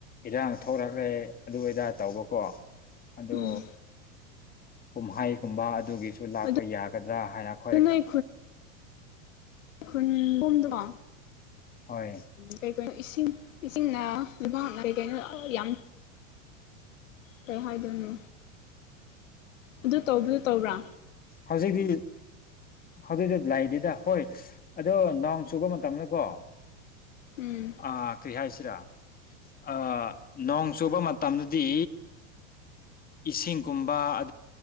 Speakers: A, on the left; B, on the left.
A: ꯏꯗ ꯊꯧꯔꯒ꯭ꯔꯦ ꯑꯗꯨ ꯑꯣꯏꯗꯥ ꯇꯧꯕꯀꯣ ꯑꯗꯣ
B: ꯎꯝ
A: ꯀꯨꯝꯍꯩꯒꯨꯝꯕ ꯑꯗꯨꯒꯤꯁꯨ ꯂꯥꯛꯄ
B: ꯑꯗꯨ
A: ꯌꯥꯒꯗ꯭ꯔꯥ ꯍꯥꯏꯅ ꯑꯩꯈꯣꯏ
B: ꯅꯣꯏ ꯈꯨꯟ ꯑꯣꯨꯝꯗꯣ
A: ꯍꯣꯏ
B: ꯀꯔꯤ ꯀꯩꯅꯣ ꯏꯁꯤꯡ ꯏꯁꯤꯡꯅ ꯑꯗꯨ ꯀ ꯀ ꯌꯥꯝ ꯀꯩ ꯍꯥꯏꯗꯣꯏꯅꯦ ꯑꯗꯨ ꯇꯧꯕꯗꯨ ꯇꯧꯕ꯭ꯔꯥ
A: ꯍꯧꯖꯤꯛꯀꯤ ꯑꯗꯨꯏꯗꯤ ꯂꯥꯛꯏꯗꯨꯗ ꯍꯣꯏ ꯑꯗꯣ ꯅꯎ ꯆꯨꯕ ꯃꯇꯝꯅꯀꯣ
B: ꯎꯝ
A: ꯑ ꯀꯔꯤ ꯍꯥꯏ ꯍꯥꯏꯁꯤꯔꯥ ꯑ ꯅꯣꯡ ꯆꯨꯕ ꯃꯇꯝꯗꯗꯤ ꯏꯁꯤꯡꯒꯨꯝꯕ ꯑ